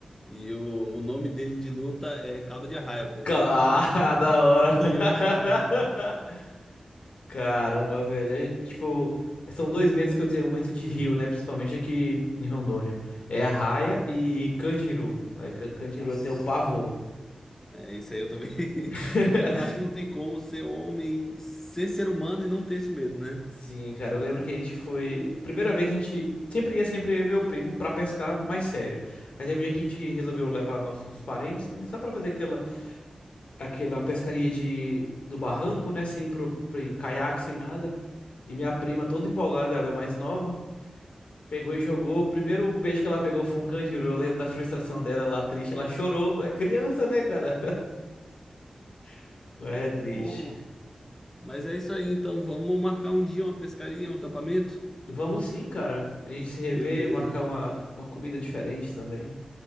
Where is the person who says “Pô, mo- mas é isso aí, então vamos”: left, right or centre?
Left